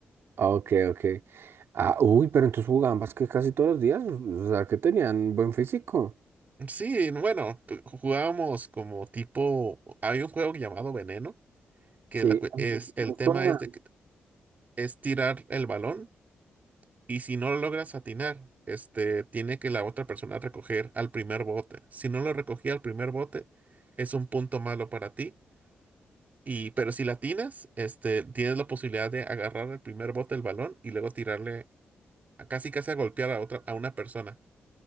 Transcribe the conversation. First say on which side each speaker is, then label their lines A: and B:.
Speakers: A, on the right; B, on the right.
A: Ah, Ok, ok. Ah, uy, pero entonces jugaban básquet casi todos los días. O sea, que tenían buen físico.
B: Sí, bueno, t- jugábamos como tipo, hay un juego llamado Veneno, que
A: Sí,
B: la cue-
A: ay,
B: es,
A: me
B: el
A: me suena.
B: tema es de
A: <laughs>
B: que es tirar el balón y si no lo logras atinar, este, tiene que la otra persona recoger al primer bote. Si no lo recogía al primer bote, es un punto malo para ti Y, pero si la atinas, este, tienes la posibilidad de agarrar el primer bote del balón y luego tirarle a- casi casi a golpear a otra, a una persona.